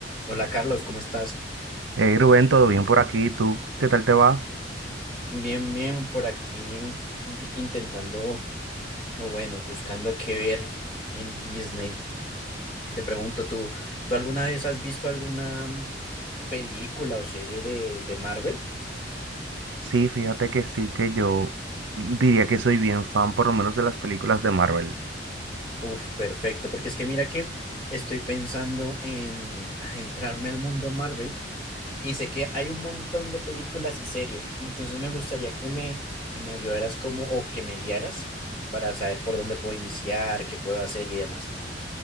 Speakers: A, on the left; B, on the right.
A: Hola Carlos, ¿cómo estás?
B: Hey Rubén, ¿todo bien por aquí? ¿Tú qué tal te va?
A: Bien, bien, por aquí intentando, o bueno, buscando qué ver en Disney. Te pregunto, ¿tú, tú alguna vez has visto alguna mm, película o serie de, de Marvel?
B: Sí, fíjate que sí, que yo diría que soy bien fan por lo menos de las películas de Marvel.
A: Uf, perfecto, porque es que mira que estoy pensando en <laughs> adentrarme al mundo Marvel y sé que hay un montón de películas y series, entonces me gustaría que me, que me ayudaras como, o que me guiaras para saber por dónde puedo iniciar, qué puedo hacer y demás.